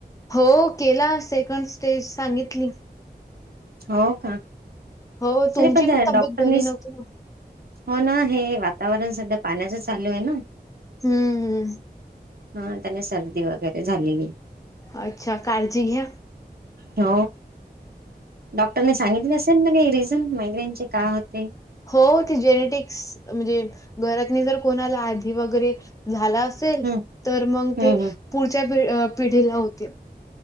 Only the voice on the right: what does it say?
हो का,
तरी पण त्या
डॉक्टरनीच
हो ना हे वातावरण सध्या पाण्याचं चालू ये ना.
हा त्याने सर्दी वगैरे झाली.
हो, डॉक्टरने सांगितले असेल ना रिझन मायग्रेनचे का होतेय?
हम्म
हम्म
हम्म